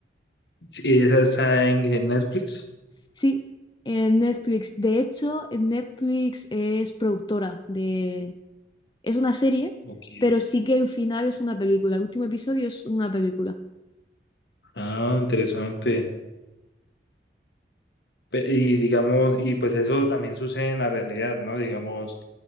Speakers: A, on the left; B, on the left.
A: Sí, ¿Esa está en en Netflix?
B: Sí, en Netflix. De hecho, en Netflix es productora de... Es una serie,
A: Ok.
B: pero sí que el final es una película. El último episodio es una película.
A: Ah, interesante. Pe- Y digamos, y pues eso también sucede en la realidad, ¿no? Digamos,